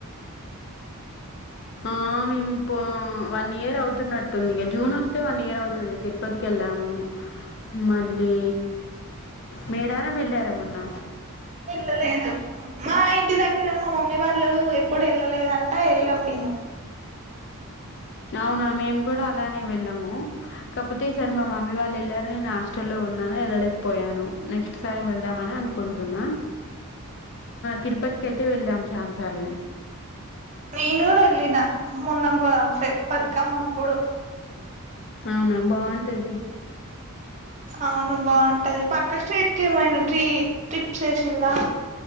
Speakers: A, on the left (about 50°); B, on the right (about 30°).
A: ఆ మేము ప వన్ ఇయర్ అవుతున్నట్టుంది ఇక, జూన్ వస్తే వన్ ఇయర్ అవుతుంది తిరుపతికి వెళ్ళాము, మళ్ళీ మేడారం వెళ్ళారా ఏ మొన్న
B: వెళ్ళలేదు, మా ఇంటి దగ్గర మా మమ్మీ వాళ్ళు ఎప్పుడు వెళ్ళలేదంటా వెళ్ళాం మేము
A: అవునా మేము కూడా అలానే వెళ్ళాము, కాకపోతే ఈసారి మా మమ్మీ వాళ్ళు వెళ్ళారని నేను హాస్టల్లో ఉన్నాను వెళ్ళలేకపోయాను, నెక్స్ట్ సార్ వెళ్దామని అనుకుంటున్నా, తిరుపతికి అయితే వెళ్ళాము చాన్ సార్లనే
B: నేన్ గూడ వెళ్లిన మొన్న ఫ బదకమ్ కుడు
A: అవునా బాగుంటది
B: అవును బాగుంటది పక్క స్ట్రేట్ కె ఏమైనా త్రీ ట్రిప్స్ వేసిలా